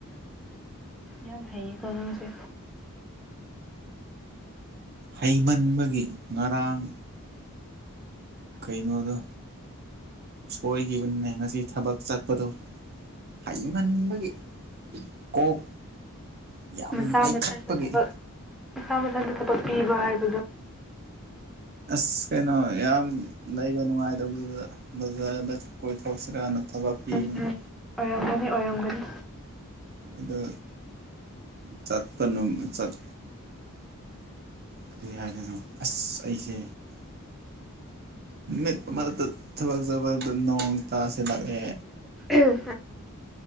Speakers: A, in the centre; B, on the right.
A: ꯌꯥꯝ ꯍꯩꯌꯦꯀꯣ ꯅꯪꯁꯦ
B: ꯍꯩꯃꯟꯕꯒꯤ ꯉꯔꯥꯡ ꯀꯩꯅꯣꯗꯣ ꯁꯣꯏꯈꯤꯕꯅꯤꯅꯦ ꯉꯁꯤ ꯊꯕꯛ ꯆꯠꯄꯗꯣ ꯍꯩꯃꯟꯕꯒꯤ ꯀꯣꯛ ꯌꯥꯝ
A: ꯃꯁꯥ
B: ꯂꯥꯏꯈꯠꯄꯒꯤ
A: ꯃꯊꯟꯇ ꯊꯕꯛ ꯃꯁꯥ ꯃꯊꯟꯇ ꯊꯕꯛ ꯄꯤꯕ ꯍꯥꯏꯕ
B: ꯑꯁ ꯀꯩꯅꯣ ꯌꯥꯝ ꯂꯩꯕ ꯅꯨꯡꯉꯥꯏꯇꯕꯗꯨꯗ ꯕꯖꯥꯔꯗ ꯀꯣꯏꯊꯣꯔꯁꯤ ꯀꯥ ꯅ ꯊꯕꯛꯄꯤꯤꯕꯅ
A: ꯎꯝ ꯎꯝ ꯑꯣꯏꯔꯝꯒꯅꯤ ꯑꯣꯏꯔꯝꯒꯅꯤ
B: ꯑꯗꯣ ꯆꯠꯄꯅꯠ ꯀꯔꯤ ꯍꯥꯏꯗꯣꯏꯅꯣ ꯑꯁ ꯑꯩꯁꯦ ꯅꯨꯃꯤꯠ ꯃꯔꯛꯇ ꯊꯕꯛ ꯆꯕꯗ ꯅꯣꯡ ꯇꯥꯁꯂꯥꯛꯑꯦ
A: ꯎ